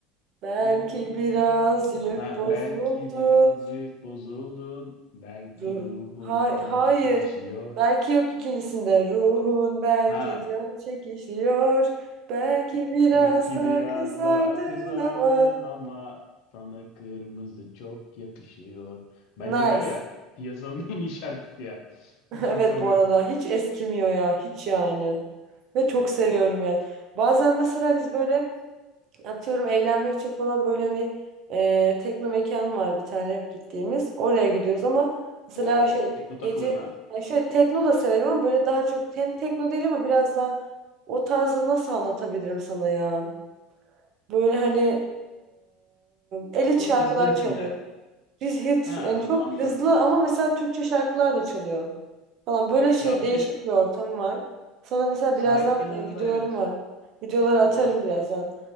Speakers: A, on the right; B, on the left.
A: Belki
B: İyi ki
A: birazcık
B: birazcık. Ha
A: bozuldun.
B: belki birazcık bozuldun. Belki
A: Ruh.
B: ruhun
A: Hay
B: can
A: hayır.
B: çekişiyor.
A: Belki yok ikincisinde. Ruhun belki
B: Ha
A: can çekişiyor. Belki biraz
B: Belki
A: daha
B: biraz
A: kızardın
B: da kızardın
A: ama.
B: ama sana kırmızı çok yakışıyor. Bence
A: Nice.
B: var ya piyasanın <laughs> en iyi şarkısı ya.
A: <laughs>
B: Hiç
A: Evet
B: unutamıyorum.
A: bu arada hiç eskimiyor ya hiç yani. Ve
B: Evet.
A: çok seviyorum yani. Bazen mesela biz böyle atıyorum eğlenmek için falan böyle hani e, tekno mekan var bir tane hep gittiğimiz. Oraya gidiyoruz ama mesela
B: Oo,
A: şey
B: tekno takılıyorsun
A: gece
B: ha.
A: yani şöyle tekno da severim ama böyle daha çok hem tekno değil ama biraz daha o tarzı nasıl anlatabilirim sana ya? Böyle hani e, elit
B: Çok
A: şarkılar
B: hızlı ritimler.
A: çalıyor. Biz hit
B: Ha
A: yani
B: an-
A: çok
B: anladım.
A: hızlı ama mesela Türkçe şarkılar da çalıyor falan. Böyle şey
B: Ya bir
A: değişik
B: de
A: bir ortam var. Sonra mesela
B: sahil
A: birazdan
B: kenarında
A: e, videolarım
B: evet
A: var. Videoları atarım
B: olur.
A: birazdan.